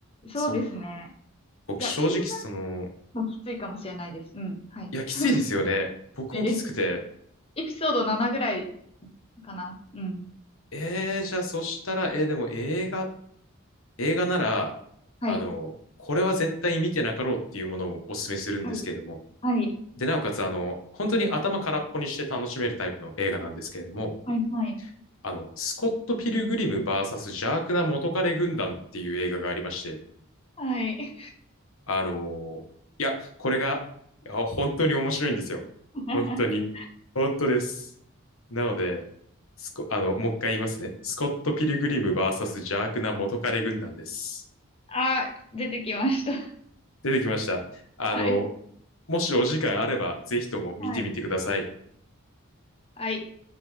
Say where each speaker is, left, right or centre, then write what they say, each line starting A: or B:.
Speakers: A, on the left (about 25°); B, on the left (about 70°).
A: そうですね。
B: そっか。僕正直その、
A: いや、シーズンもきついかもしれないです。うん。はい。
B: いや、きついですよね。
A: き
B: 僕もきつくて。
A: ついです。エピソード7ぐらいかな。うん。
B: えー、じゃあそしたら、えー、でも映画、映画なら、
A: はい。
B: あの、これは絶対見てなかろうっていうものをお勧めするんですけれども。
A: はい。はい。
B: で、なおかつ、あの、本当に頭空っぽにして楽しめるタイプの映画なんですけれども、
A: はい。はい。
B: あの、スコット・ピルグリム VS 邪悪な元彼軍団っていう映画がありまして、
A: はい。
B: あのいや、これが、いや本当に面白いんですよ。
A: <laughs>
B: 本当に。本当です。なので、スコ、あの、もう一回言いますね。スコット・ピルグリム v ス邪悪な元彼軍団です。
A: あ、出てきました。
B: 出てきました。あの、
A: はい。
B: もしお時間あれば、ぜひとも見てみてください。
A: はい。はい。